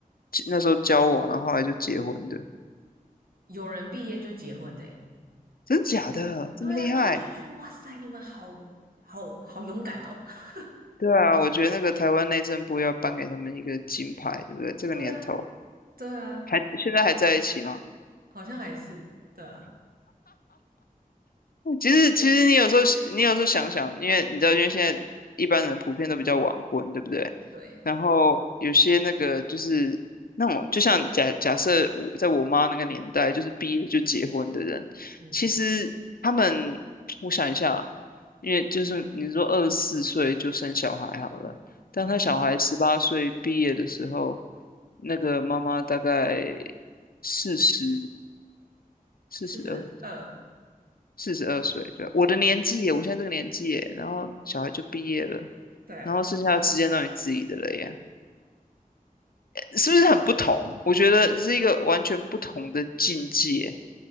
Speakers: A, on the left; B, on the right.
A: 那时候交往，然后后来就结婚的？
B: 有人毕业就结婚呢、
A: 真假的这么厉害？
B: 对啊，然后我就觉得哇塞，你们好好好勇敢哦。<laughs>
A: 对啊，我觉得那个台湾内政部要颁给他们一个金牌，对不对？这个年头
B: 对啊，对啊，
A: 还现在还在一起吗？
B: 好像还是对啊，
A: 其实其实你有时候你有时候想想，
B: 我就觉得
A: 因为你知道，因为现在一般人普遍都比较晚婚，对不对？
B: 对，
A: 然后有些那个就是那种，就像假假设我在我妈那个年代，就是毕业就结婚的人，
B: 嗯
A: 其实他们我想一下啊因为就是你说二十四岁就生小孩好了，当他小孩十八岁毕业的时候，
B: 嗯，
A: 那个妈妈大概四十四十二。
B: 四十二，
A: 四十二岁，对，
B: 嗯，
A: 我的年纪耶，我现在这个年纪耶，然后小孩就毕业了，
B: 对啊，
A: 然后剩下的时间都你自己的了耶，是不是很不同？我觉得是一个完全不同的境界，